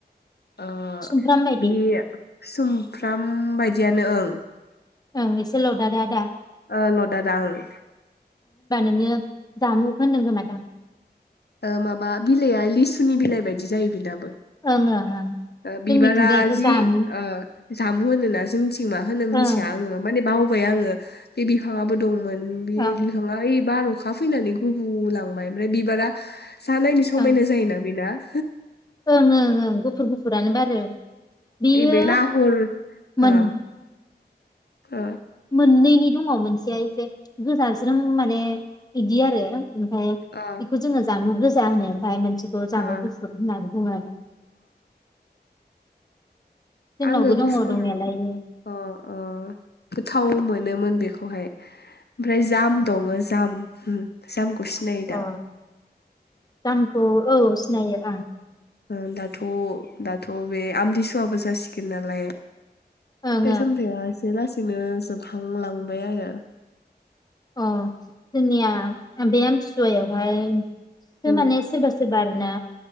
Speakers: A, on the left; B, on the left.
A: ओ
B: सुमफ्राम बायदि
A: बे सुम फ्राम बायदियानो ओं
B: ओं एसे ल'दा दा दा
A: ओ ल'दा दा ओं
B: ङो जामुखौ होनदों खोमादां
A: ओ माबा बिलाइआ लिसुनि बिलाइ बायदि जायो बिनाबो
B: <unintelligible>
A: ओ बिबारा
B: जोंनिथिंजाय बेखौ
A: जि
B: जामु
A: ओ जामु होनोना जोंनिथि मा होनो मिथिया
B: ओं
A: आङो माने बावबाय आङो बे बिफाङाबो दं मोन बि
B: ओं
A: बिफाङा ओइ बार अखा फैनानै गुबुलांबाय ओमफ्राय बिबारा जा नायनो समायना
B: ओं
A: जायोना बेना <inaudible>
B: ओं ओं ओं गुफ फुर गुफुरानो बारो बेयो
A: इ बे नाहर
B: मोन
A: आ ओ
B: मोननैनि दङ मोनसेया एसे गोजाज्रोम माने बिदि आरो ओमफाय
A: ओ
B: बेखौ जोङो जामु गोस जा होनो ओमफाय मोनस बिखौ जामु
A: अ
B: गुफुर होनना बुङो आरो जोंनावबो
A: आङो गुफुर
B: दङ दंनायालाय इयो
A: अ अ गोथावमोन नोमोन बेखौहाय ओमफाय जाम दङो जाम ओम जाम खौ सिनायोदा?
B: अ जामखौ औ सिनायो ओं।
A: ओ दाथ' दाथ' बे आमथिसुवा बो जासिगोन नालाय
B: ओं
A: फिथाइ सामथाइ एसे लास बिदिनो जोबहांलांबाय आरो
B: अ जोंनिया बे आमथिसुवायावहाय जो
A: उम
B: माने सोरबा सोरबा आरो ना।